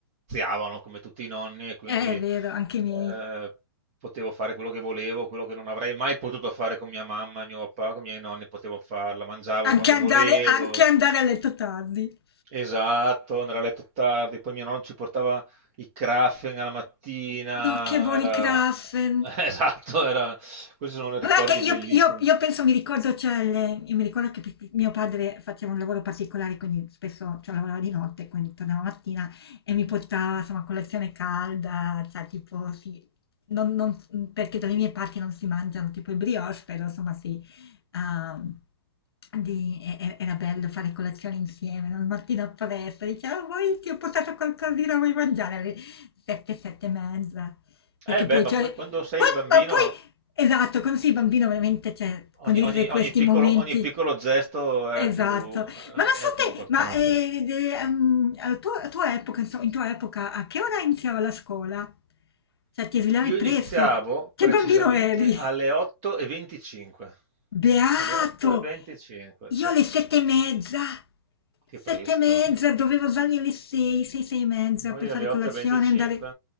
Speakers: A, on the right; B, on the left.
A: viziavano come tutti i nonni e quindi
B: Eh, è
A: eh,
B: vero, anche i miei.
A: potevo fare quello che volevo, quello che non avrei mai potuto fare con mia mamma e mio papà, con i miei nonni potevo farla, mangiavo
B: Anche
A: quando
B: andare,
A: volevo.
B: anche andare a letto tardi.
A: Esatto, andare a letto tardi, poi mio nonno ci portava i Krafen alla mattina,
B: No, che buoni
A: era...
B: Krapfen.
A: <laughs> Esatto, era... questi sono
B: Guarda
A: ricordi
B: che io
A: bellissimi.
B: io io penso mi ricordo c'è le io mi ricordo che p p mio padre faceva un lavoro particolare, quindi spesso cioè lavorava di notte, quindi tornava la mattina e mi portava, insomma, colazione calda, cioè tipo sì, non non s mhmm, perché dalle mie parti non si mangiano tipo i brioche, però insomma sì, uhm, di e e era bello fare colazione insieme, no, la mattina appresso, diceva: "Ah, "Vuoi ti ho portato qualcosina, vuoi mangiare?" Alle 7, 7 e mezza. Perché
A: Eh beh,
B: poi
A: ma
B: cioè
A: poi quando sei
B: poi
A: bambino
B: ma poi Esatto, quando sei bambino veramente, cioè,
A: ogni,
B: condividere
A: ogni-
B: questi
A: ogni piccolo,
B: momenti
A: ogni piccolo gesto è
B: Esatto.
A: più,
B: Ma non so
A: è più
B: te,
A: importante.
B: ma, ehm, de ehm, al tuo a tua epoca, inso in tua epoca, a che ora iniziava la scuola? Cioè, ti svegliavi
A: Io
B: presto?
A: iniziavo
B: Che
A: precisamente
B: bambino eri?
A: alle 8.25.
B: Beato!
A: Alle 8.25,
B: Io
A: sì,
B: alle 7 e mezza,
A: che
B: 7
A: presto.
B: e mezza, dovevo alzarmi alle 6, 6, 6 e mezza
A: Noi
B: per fare
A: alle
B: colazione
A: 8.25.
B: e andare